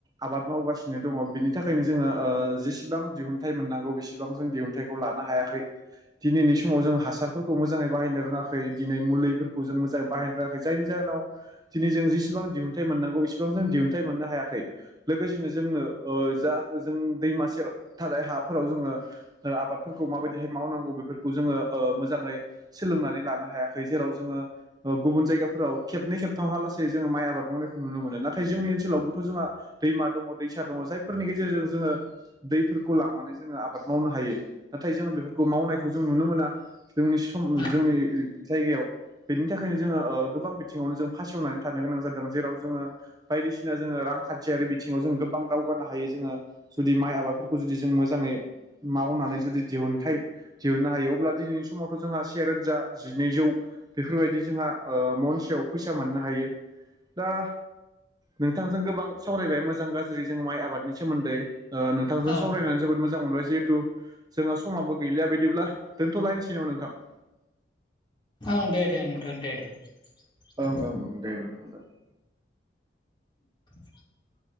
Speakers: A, on the right (about 20°); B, on the left (about 25°).
A: आबाद मावगासिनो दङ बिनि थाखायनो जोङो जेसेबां दिहुनथाइ मोननांगौ बेसेबां जों दिहुनथाइखौ लानो हायाखै दिनैनि समाव जों हासार मोजाङै बाहायनो रोङाखै दिनै मुलिफोरखौ जों मोजै बायनो रोङै जायनि जाहोनावै जों इसिबां दिहुनथाइ मोननांगौ इसिबां जों दिहुनथाइ मोननो हायाखै लोगोसेनो जोंनो जा जों दैमासे थानाय हाफोराव जोङो आबाद माबायदिहाय मावनांगौ बेफोरखौ जो मोजाङै सोलोंनानै लानो हायाखै जेराव जोङो गुबुन जायगाफोराव ख <inaudible> जोङो माइ आबाद मावनायखौ नुनो मोनो नाथाय जोंनि ओनसोलावबोथ' जोंहा दैमा दङ दैसा दङ जायफोरनि गेजेरजों जोङो दैफोरखौ लांनानै जोङो आबाद मावनो हायो। नाथाय जोङो बेफोरखौ मावनायखौ जों नुनो मोना जोंनि सम
B: ओं
A: जोंनि जायगायाव बेनि थाखायनो जोङो गोबां बिथिङावनो जों फासेवनानै थानो गोनां जादों जेराव जोङो बायदिसिना जोङो रांखान्थियारि बिथिङाव जों गोबां दावगानो हायो जोङो जुदि माइ आबादफोरखौ जुदि जों मोजाङै मावनानै जुदि दिहुनथाय दिहुननो हायो अब्ला दिनै बे समावथ' जोंहा सेेरोजा जिनैजौ बेफोरबायदि जोंहा महनसेयाव फैसा मोननो हायो। दा नोंथांजों गोबां सावरायबाय मोजां गाज्रि जों माइ आबादनि सोमोन्दै नोंथांजों
B: ओं ओं
A: सावरायनानै जोबोद मोजां मोनबाय जिहेतु जोंहा समाबो गैलिया बायदिब्ला दोनथ'लायनोसै नामा नोंथां? <inaudible>
B: ओं दे दे दे दे उम
A: ओं ओं दे दा
B: <inaudible>